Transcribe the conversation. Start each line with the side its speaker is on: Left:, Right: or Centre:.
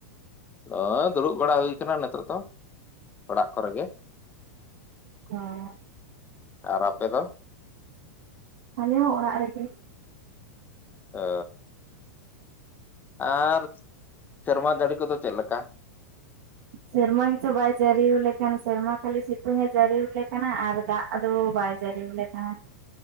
Left: ᱳ ᱫᱩᱲᱩᱵ ᱵᱟᱲᱟ ᱦᱩᱭ ᱠᱟᱱᱟ, ᱱᱤᱛᱳᱜ ᱫᱚ ᱚᱲᱟᱜ ᱠᱚᱨᱮ ᱜᱮ᱾
Right: ᱦᱮᱸ,
Left: ᱟᱨ ᱟᱯᱮ ᱫᱚ?
Right: ᱟᱞᱮ ᱦᱚᱸ ᱚᱲᱟᱜ ᱨᱮᱜᱮ᱾
Left: ᱚ ᱟᱨ ᱥᱮᱨᱢᱟ ᱫᱟᱹᱲᱤ ᱠᱚᱫᱚ ᱪᱮᱫ ᱞᱮᱠᱟ?
Right: ᱥᱮᱨᱢᱟ ᱜᱮᱪᱚ ᱵᱟᱭ ᱡᱟᱹᱨᱤ ᱞᱮᱠᱟᱱ᱾ ᱥᱮᱨᱢᱟ ᱠᱷᱟᱹᱞᱤ ᱥᱤᱛᱩᱝ ᱮ ᱡᱟᱹᱨᱤᱞᱮ ᱠᱟᱱᱟ᱾ ᱟᱨ ᱫᱟᱜ ᱟᱫᱚ ᱵᱟᱭ ᱡᱟᱹᱨᱤᱣᱟᱞᱮ ᱠᱟᱱᱟ᱾